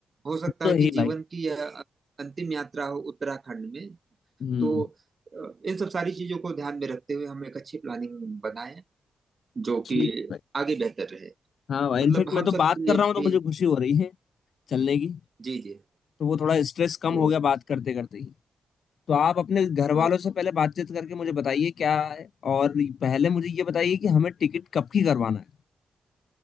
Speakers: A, on the right (about 45°); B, on the left (about 70°).
A: हो
B: वो
A: सकता
B: तो
A: है
B: है
A: कि
B: ही
A: जीवन
B: भाई
A: की यह अंतिम यात्रा हो उत्तराखंड में
B: हम्म
A: तो अ, इन सब सारी चीजों को ध्यान में रखते हुए हम एक अच्छी प्लानिंग बनाएं जो
B: ठीक
A: कि
B: है भाई
A: आगे बेहतर रहे
B: हाँ भाई
A: मतलब
B: इनफेक्ट
A: हम
B: मैं तो
A: सबके
B: बात
A: लिए
B: कर रहा हूँ तो
A: भी
B: मुझे खुशी हो रही है चलने की
A: जी जी
B: तो वो थोड़ा स्ट्रेस कम
A: तो
B: हो गया बात करते करते ही तो आप अपने घर
A: हाँ
B: वालों से पहले बातचीत करके मुझे बताइए क्या है और पहले मुझे ये बताइए कि हमें टिकट कब की करवाना